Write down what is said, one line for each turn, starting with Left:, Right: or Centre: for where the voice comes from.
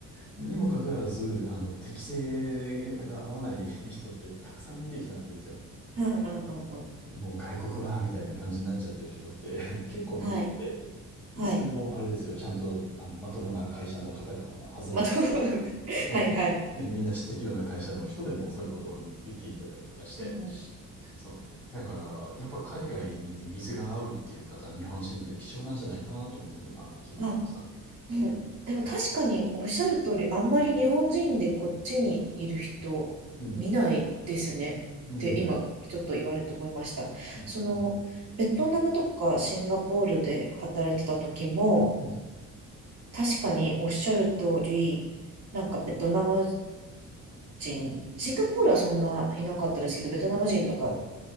Centre: にもかかわらず、あの、適性が合わない人ってたくさん見てきたんですよ。
Right: うんうんうんうん。
Centre: もう外国は、みたいな感じになっちゃってる人って <laughs> 結構見ていて。
Right: はい。はい。
Centre: でそれもあれですよ。ちゃんと、あの、まともな会社の方々なはずなの。
Right: まあ、と <laughs>
Centre: そう。
Right: はいはい。
Centre: ね、みんな知ってるような会社の人でもそういうことを言っていただいたりとかして。
Right: うんうん。
Centre: そう。だから、やっぱ海外に水が合うっていう方、日本人で貴重なんじゃないかなと思って今聞いてみました。
Right: あ、うん。でも確かにおっしゃる通り、あんまり日本人でこっちにいる人見ないですねって今ちょっと言われて思いました。
Centre: うん。うん。うん。
Right: その、ベトナムとかシンガポールで働いてた時も、
Centre: うん。
Right: 確かにおっしゃる通り、なんかベトナム人、シンガポールはそんないなかったですけど、ベトナム人とか